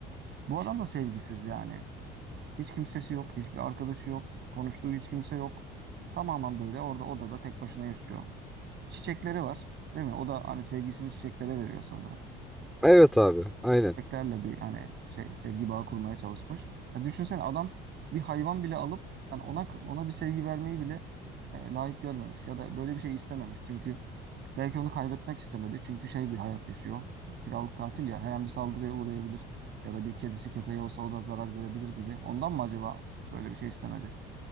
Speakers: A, on the right; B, in the centre.
A: Bu adam da sevgisiz yani. Hiç kimsesi yok, hiçbir arkadaşı yok, konuştuğu hiç kimse yok. Tamamen böyle orada odada tek başına yaşıyor. Çiçekleri var, değil mi? O da hani sevgisini çiçeklere veriyor sanırım
B: Evet abi. Aynen.
A: çiçeklerle bir hani şey sevgi bağı kurmaya çalışmış. Ya düşünsene adam bir hayvan bile alıp yani ona ona bir sevgi vermeyi bile e, layık görmemiş ya da böyle bir şey istememiş. Çünkü belki onu kaybetmek istemedi. Çünkü şey bir hayat yaşıyor. Kiralık tatil ya her an bir saldırıya uğrayabilir ya da bir kedisi köpeği olsa o da zarar görebilir gibi. Ondan mı acaba böyle bir şey istemedi?